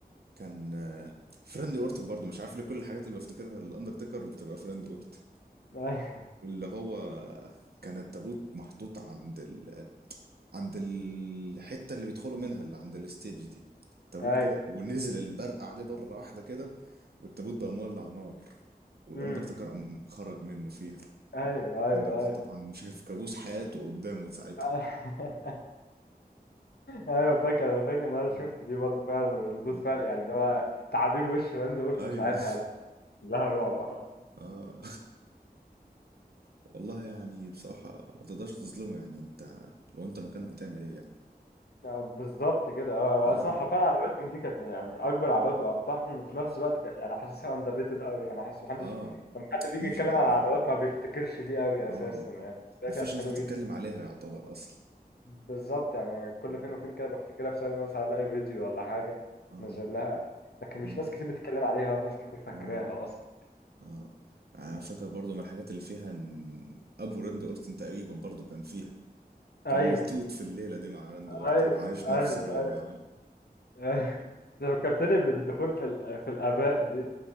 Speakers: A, on the right (about 75°); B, on the left (about 80°).
A: كان آه، فريند اورتون برضو مش عارف ليه كل الحاجات اللي بفتكرها الاندرتيكر بتبقى فريند اورتون
B: أيوه
A: اللي هو كان التابوت محطوط عند ال... عند الحتة اللي بيدخلوا منها اللي عند الستيج دي تابوت
B: أيوه
A: كده ونزل البرق عليه بره واحدة كده والتابوت بقى مولع نار والاندرتيكر
B: أمم.
A: قام خرج منه فيها
B: أيوه أيوه
A: فريند اورتون
B: أيوه
A: طبعا شايف كابوس حياته قدامه ساعتها
B: <laughs> أيوه فاكر أنا فاكر إن أنا
A: ايوه
B: شفت دي برضه فعلا وردود
A: مم.
B: فعل يعني اللي هو تعابير وش راندي أورتون
A: ايوه
B: ساعتها لها رعب
A: <laughs> اه والله يعني بصراحة ما تقدرش تظلمه يعني انت لو انت مكانه هتعمل ايه يعني
B: آه، بالظبط كده اه
A: اه
B: اصلا حرفيا عداوتهم دي كانت من- يعني من اكبر عداوات وامتعهم
A: اه
B: وفي نفس الوقت كان- يعني حاسسها اندر ريتد قوي يعني حاسس محدش
A: آه،
B: لما حد بيجي
A: مش
B: يتكلم على العداوات
A: م...
B: ما بيفتكرش دي قوي
A: اه
B: اساسا يعني بس هي
A: مفيش
B: كانت حلوه
A: ناس بتتكلم
B: جدا
A: عليها يعتبر اصلا
B: بالظبط يعني كل
A: اه
B: فين وفين كده بفتكرها بسبب مثلا الاقي فيديو ولا حاجه
A: اه
B: نزل لها لكن مش
A: امم
B: ناس كتير بتتكلم عليها ناس كتير فاكراها
A: اه
B: اصلا
A: اه يعني انا فاكر برضو من الحاجات اللي فيها ان ابو راندي اورتن تقريبا برضو كان فيها
B: ايوه
A: كان ملطوط في الليلة دي مع راندي اورتن
B: ايوه ايوه
A: عايش نفس
B: ايوه,
A: الرعب
B: أيوة.
A: معاه
B: <laughs> فكرتني بالدخول في ال- في الاباء دي